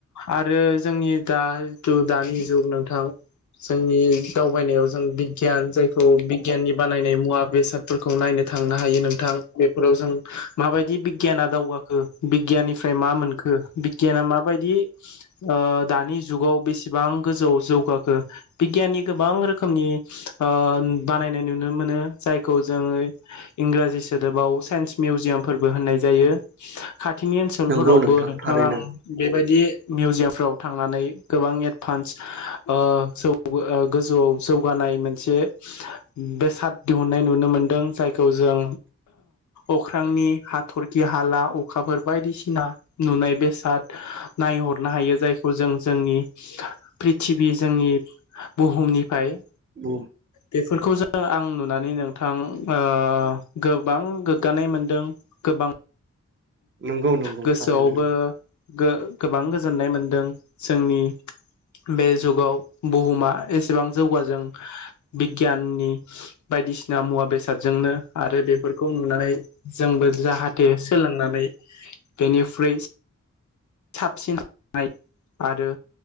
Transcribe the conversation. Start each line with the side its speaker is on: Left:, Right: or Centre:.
Left: आरो जोंनि दा जिथु दानि जुग नोंथां जोंनि दावबायनायाव जों बिगियान जाय खौ बिगियाननि बानायनाय मुवा बेसादफोर खौ नायनो थांनो हायो नोंथां। बेफोराव जों माबायदि बिगियाना दावगाखो बिगियाननिफ्राय मा मोनखो बिगियाना मा बायदि ओ दानि जुगाव बेसेबां गोजौआव जौगाखो बिगियाननि गोबां रोखोमनि ओ बानायनाय नुनो मोनो जायखौ जोङो इंराजि सोदोबाव साइन्स मिउजियामफोरबो होननाय जायो। खाथिनि ओनसोलफोरावबो
Right: नंगौ नोंथां
Left: नोंथाङा
Right: थारैनो
Left: बेबायदि मिउजियामफ्राव थां थांनानै गोबां एडभान्स ओ जौ गोजौआव जौगानाय मोनसे बेसाद दिहुननाय नुनो मोनदों जायखौ जों अख्रांनि हाथरखि हाला अखाफोर बायदिसिना नुनाय बेसाद नायहरनो हायो जायखौ जों जोंनि प्रिथिबि जोंनि बुहुमनिफ्राय
Right: <unintelligible>
Left: बेफोरखौ जों आं नुनानै नोंथां ओ गोबां गोग्गानाय मोनदों गोबां
Right: नंगौ नंगौ
Left: गोसोआवबो
Right: थारैनो
Left: गो-गोबां गोजोननाय मोन दों जोंनि बे जुगाव बुहुमा एसेबां जौगाजों बिगियाननि बायदिसिना मुवा बेसादजोंनो आरो बेफोरखौ नुनानै जोंबो जाहाथे सोलोंनानै बेनिफ्रुइ साबसिननाय आरो